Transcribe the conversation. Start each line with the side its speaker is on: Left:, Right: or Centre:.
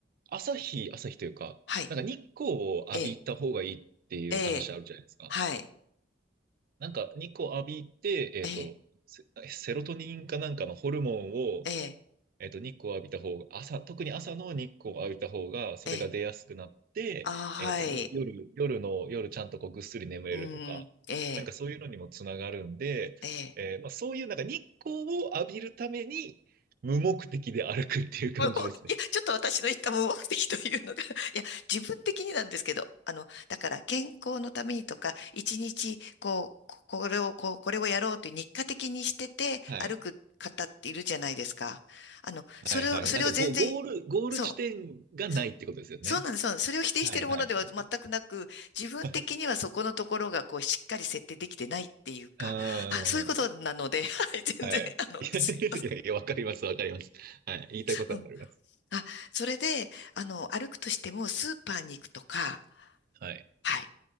Right: 朝日、朝日というか、
Left: はい、
Right: なんか日光を浴びた方がいいっていう話あるじゃないですか。
Left: ええ、ええ、はい、
Right: なんか日光浴びて、えっと、
Left: ええ、
Right: セセロトニンかなんかのホルモンを、
Left: ええ、
Right: えっと、日光を浴びた方が、朝、特に朝の日光を浴びた方が、それが出やすくなって、
Left: ええ、ああはい、
Right: えっと、よ、夜、夜の、夜ちゃんとこうぐっすり眠れるとか、
Left: うん、ええ、
Right: なんかそういうのにもつながるんで、
Left: ええ。
Right: えーまあ、そういうなんか日光を浴びるために、無目的で歩くっていう感じですね。
Left: <laughs> もういや、ちょっと私の言った無目的というのが、いや、自分的になんですけど、あの、だから健康のためにとか、一日、こう、ここれを、こう、これをやろうという日課的にしてて歩く方っているじゃないですか。
Right: はい。
Left: あの、
Right: はいはいはい。
Left: それを、それを全然、
Right: なんかゴ、ゴール、ゴール地点がないってことですよね。
Left: そう。そう。そうなんです。そうなんです。それを否定しているものでは全くなく、
Right: はいはいはい
Left: 自分的にはそこのところがこうしっかり設定できてないっていうか、
Right: はい。うー
Left: あ、そういうことなので、
Right: ん。
Left: <laughs> はい、全然、
Right: はい。
Left: あの、
Right: <laughs>
Left: すいません。
Right: いやいや、わかります、わかります。はい。言いたいことはわかります。
Left: うん。あ、それで、あの、歩くとしてもスーパーに行くとか、
Right: はい。
Left: はい。